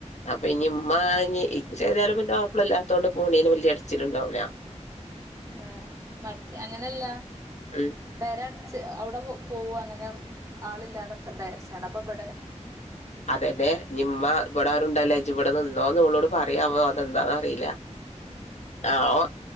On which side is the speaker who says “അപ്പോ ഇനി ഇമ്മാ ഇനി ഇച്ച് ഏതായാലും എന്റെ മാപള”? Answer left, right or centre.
Left